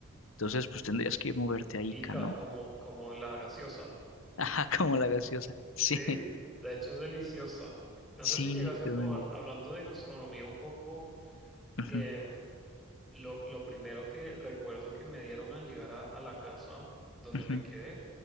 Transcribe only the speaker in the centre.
Ica,
como, como la gaseosa.
Sí, de hecho es deliciosa. No
sé si llegase a
probar, hablando de gastronomía un poco
em, lo, lo primero que recuerdo que me dieron al llegar a, a la casa donde
me quedé